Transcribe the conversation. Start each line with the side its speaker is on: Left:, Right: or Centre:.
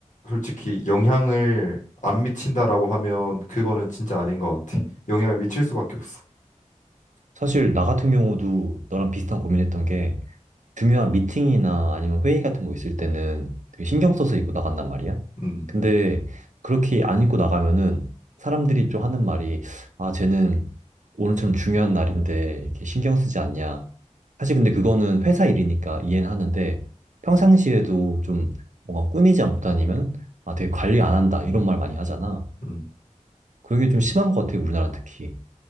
Left: 솔직히 영향을 안 미친다라고 하면 그거는 진짜 아닌 것 같아. 영향을 미칠 수밖에 없어.
Right: 사실 나 같은 경우도 너랑 비슷한 고민했던 게 중요한 미팅이나 아니면 회의 같은 거 있을 때는 되게 신경 써서 입고 나간단 말이야.
Left: 음.
Right: 근데 그렇게 안 입고 나가면은 사람들이 좀 하는 말이 아, 쟤는 오늘처럼 중요한 날인데 이렇게 신경 쓰지 않냐. 사실 근데 그거는 회사 일이니까 이해는 하는데 평상시에도 좀 뭔가 꾸미지 않고 다니면 아, 되게 관리 안 한다 이런 말 많이 하잖아.
Left: 음.
Right: 그런 게 좀 심한 것 같아, 우리나라 특히.